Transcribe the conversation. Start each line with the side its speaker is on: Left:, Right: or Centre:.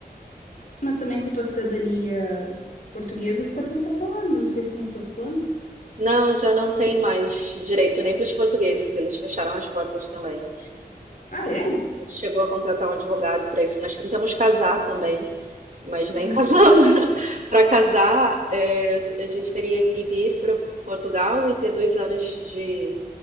Left: mas também com a tua cidadania portuguesa, tu pode voltar pra lá. Não sei se são os teus planos.
Right: não, já não tem mais direito nem para os portugueses, eles fecharam as portas também.
Left: Ah, é?
Right: A gente chegou a contratar um advogado para isso. Nós tentamos casar também, mas
Left: Uhum,
Right: nem casando. <laughs> Para casar, é, a gente teria que vir para Portugal e ter dois anos de,